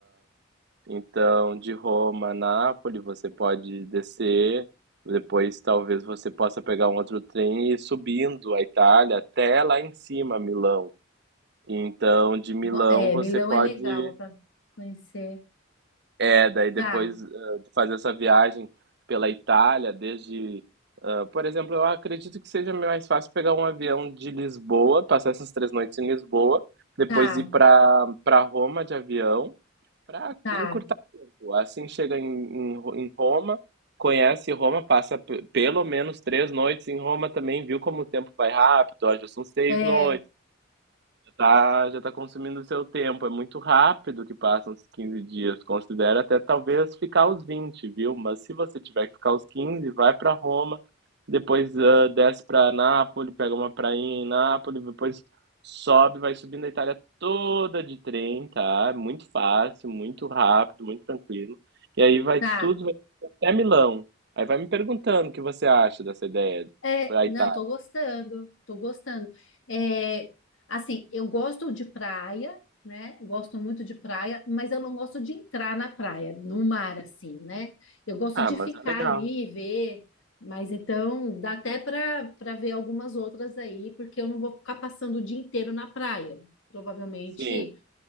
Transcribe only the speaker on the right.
Então, de Roma a Nápoles, você pode descer, depois talvez você possa pegar um outro trem e ir subindo a Itália até lá em cima, Milão. Então, de Milão
você
pode
É, daí depois
ah, de fazer essa viagem pela Itália, desde, ah, por exemplo, eu acredito que seja mais fácil pegar um avião de Lisboa, passar essas três noites em Lisboa, depois
ir para para Roma de avião, para
encurtar o tempo. Assim chega em, em, Ro- em Roma, conhece Roma, passa pe- pelo menos três noites em Roma também, viu como o tempo vai rápido? Ó, já são seis
noites tá, já tá consumindo o seu tempo. É muito rápido que passam os 15 dias. Considera até talvez ficar os vinte viu? Mas se você tiver que ficar os quinze vai para Roma, depois ah, desce para Nápoles, pega uma prainha em Nápoles, depois sobe, vai subindo a Itália toda de trem, tá? É Muito fácil, muito rápido, muito tranquilo. E aí vai
tudo, vai até Milão. Aí vai me perguntando o que você acha dessa ideia
para
Itália.
Ah,
mas
é legal.
Sim.